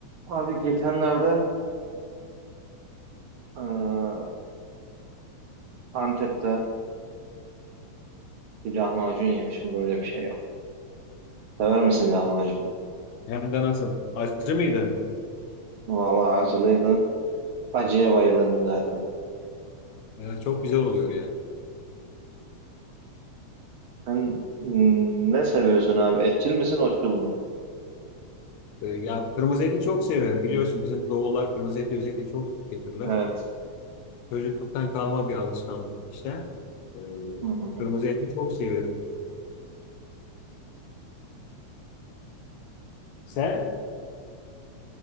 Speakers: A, on the right; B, on the left.
A: Abi geçenlerde eee, Antep'te bir lahmacun yemişim böyle bir şey yok. Sever misin lahmacunu?
B: Hem de nasıl? Acı mıydı?
A: Vallahi acılıydı. Acıya bayılırım zaten.
B: Yani çok güzel oluyor yani.
A: Sen mm, ne seviyorsun abi? Etçil misin, otçul mu?
B: Ee, Ya kırmızı eti çok severim. Biliyorsun bizim doğullar kırmızı eti özellikle çok getirirler.
A: Evet.
B: Çocukluktan kalma bir alışkanlık işte. Ee,
A: Hı hı.
B: kırmızı eti çok severim. Sen?